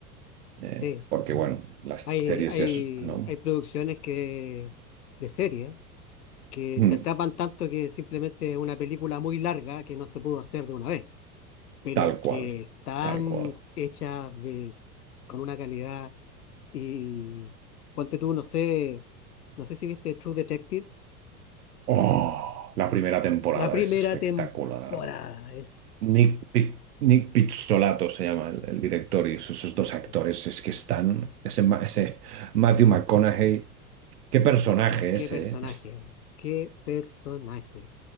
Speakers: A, on the right; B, on the left.
A: eh,
B: sí.
A: porque bueno, las
B: Hay,
A: series
B: hay,
A: ya son, ¿no?
B: hay producciones que, de serie que
A: Mm,
B: te atrapan tanto que simplemente es una película muy larga que no se pudo hacer de una vez. pero
A: Tal
B: que
A: cual,
B: están
A: tal cual.
B: hechas de, con una calidad y ponte tú, no sé, no sé si viste True Detective,
A: ¡Oh! La primera temporada
B: la primera
A: es espectacular.
B: temporada es...
A: Nick, Pi- Nick Pizzolato se llama el, el director y esos, esos
B: es
A: dos actores es que están, ese, ma- ese Matthew McConaughey Qué personaje
B: Qué
A: ese,
B: personaje,
A: ¿eh? Es-
B: qué personaje.